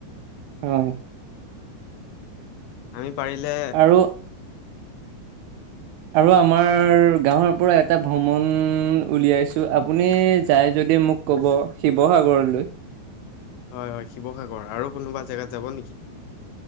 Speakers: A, on the right; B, on the left.
A: হয়।
B: আমি পাৰিলে
A: আৰু আৰু আমাৰ গাঁৱৰপৰা এটা ভ্ৰমণ উলিয়াইছোঁ, আপুনি যাই যদি মোক ক'ব, শিৱসাগৰলৈ।
B: হয় হয় শিৱসাগৰ, আৰু কোনোবা জেগাত যাব নেকি?